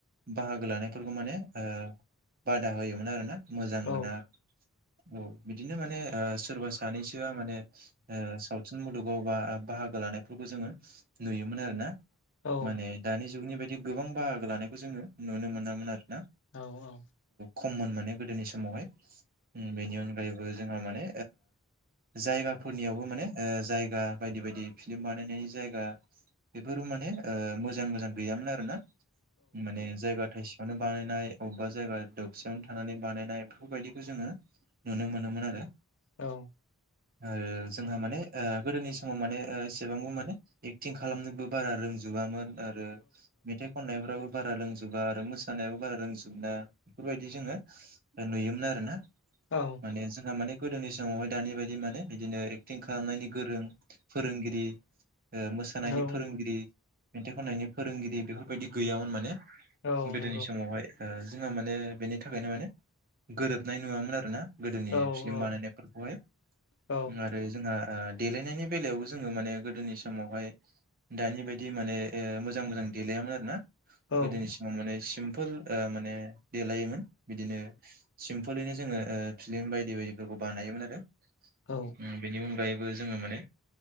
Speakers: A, on the right; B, on the left.
A: बाहागो लानायफोरखौ माने ओ बादा होयोमोन आरो ना मोजां
B: औ
A: मोना औ बिदिनो माने ओ सोरबा सानैसोआ माने ओ सावथुन मुलुगाव बा बाहागो लानायफोरखौ जोङो नुयोमोन आरोना
B: औ
A: माने दानि जुगनि बायदि गोबां बाहागो लानायखौ जोङो नुनो मोनामोन आरो
B: औ औ
A: खममोन माने गोदोनि समावहाय उम बेनि अनगायैबो जोंहा माने जायागा- फोरनियावबो माने ओ जायगा बायदि बायदि फिलिम बानायनायनि जायगा। बेफोरबो माने ओ मोजां मोजां गैयामोन आरोना माने जायगा थाइसे- यावनो बानायनाय अबेबा जायगा दबसेयावनो थानानै बानायनाय बेफोरबायदिखौ जोङो नु'नो मोनमोन आरो
B: औ
A: ओ जोंहा माने ओ गोदोनि समाव माने ओ एसेबांबो माने एक्टिं खालामनोबो बारा रोंजोबामोन आरो मेथाइ खननायफ्राबो बारा लोंजोबा आरो मोसानायाबो बारा रोंजोबना बेफोरबायदि जोङो नुयोमोन आरो ना
B: औ
A: माने जोंहा माने गोदोनि समावहाय दानि बायदि माने बिदिनो एक्टिं खालामनायनि गोरों फोरोंगिरि ओ मोसानायनि
B: औ
A: फोरोंगिरि मेथाइ खननायनि फोरोंगिरि बेफोरबायदि गैयामोन माने
B: औ
A: गोदोनि
B: नंगौ
A: समावहाय ओ जोंहा माने बेनि थाखायनो माने गोरोबनाय नुवामोन आरो ना गोदोनि
B: औ
A: फिल्म
B: औ
A: बानायनायफोरखौहाय
B: औ
A: उं आरो जोंहा ओ देलायनायनि बेलायावबो जोङो माने गोदोनि समावहाय दानि बायदि माने ओ मोजां मोजां देलायामोन आरो ना
B: औ
A: गोदोनि समाव माने सिम्पोल ओ माने देलायोमोन बिदिनो सिम्पोलैनो जोङो ओ फिलिम बायदि बायदि फोरखौ बानायोमोन आरो
B: औ
A: उम बेनि अनगायैबो जोङो माने